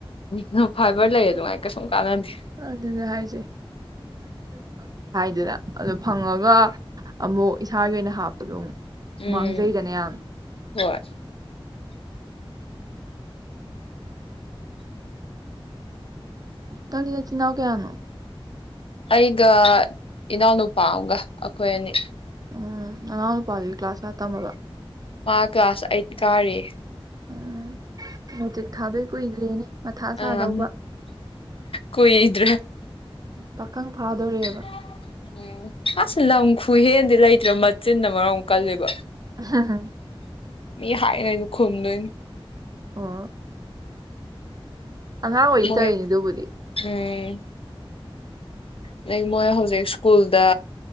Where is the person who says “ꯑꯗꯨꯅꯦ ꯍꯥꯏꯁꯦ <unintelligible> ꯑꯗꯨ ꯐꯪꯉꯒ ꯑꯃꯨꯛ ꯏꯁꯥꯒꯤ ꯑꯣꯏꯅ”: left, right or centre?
Right